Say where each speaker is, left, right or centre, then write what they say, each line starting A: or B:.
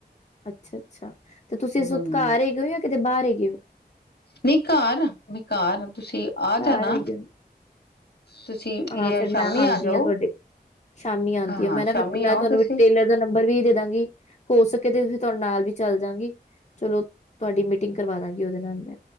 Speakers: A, on the left; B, on the left.
A: ਅੱਛਾ-ਅੱਛਾ ਤੇ ਤੁਸੀਂ ਇਸ
B: ਹਮ
A: ਵਕਤ ਘਰ ਹੈਗੇ ਹੋ ਜਾਂ ਕਿਤੇ ਬਾਹਰ ਹੈਗੇ ਹੋ
B: ਨਹੀਂ ਘਰ ਆ, ਮੈਂ ਘਰ ਤੁਸੀਂ ਆ
A: ਘਰ
B: ਜਾਣਾ।
A: ਹੈਗੇ ਹੋ ਨਾ?
B: ਤੁਸੀਂ ਇਹ
A: ਹਾਂ, ਫੇਰ ਮੈਂ
B: ਸ਼ਾਮੀ
A: ਆਂਦੀ
B: ਜਾਓ
A: ਆ ਤੁਹਾਡੇ ਸ਼ਾਮੀ ਆਂਦੀ
B: ਹਾਂ
A: ਆ
B: ਹਾਂ
A: ਮੈਂ ਨਾ
B: ਸ਼ਾਮੀ
A: ਮੈਂ
B: ਆਓ
A: ਤੁਹਾਨੂੰ
B: ਤੁਸੀਂ
A: ਟੇਲਰ ਦਾ ਨੰਬਰ ਵੀ ਦੇ ਦਾਂਗੀ। ਹੋ ਸਕੇ ਤੇ ਫਿਰ ਤੁਹਾਡੇ ਨਾਲ ਵੀ ਚੱਲ ਜਾਂਗੀ ਚਲੋ ਤੁਹਾਡੀ ਮੀਟਿੰਗ ਕਰਵਾ ਦਾਂਗੀ ਉਹਦੇ ਨਾਲ ਮੈਂ।